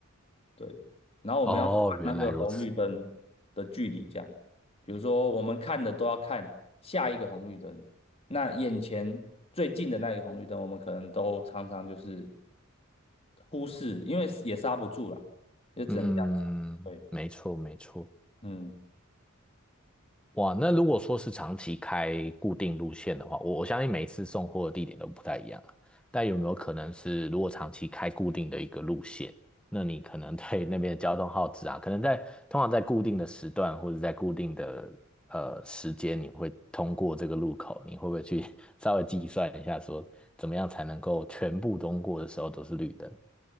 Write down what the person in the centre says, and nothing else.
哦，原来如此。
嗯，
没错，没错。
哇，那如果说是长期开固定路线的话，我我相信每一次送货的地点都不太一样啊。但有没有可能是，如果长期开固定的一个路线，那你可能对那边的交通耗资啊，可能在通常在固定的时段或者在固定的呃时间，你会通过这个路口，你会不会去 <laughs> 稍微计算一下，说怎么样才能够全部通过的时候都是绿灯？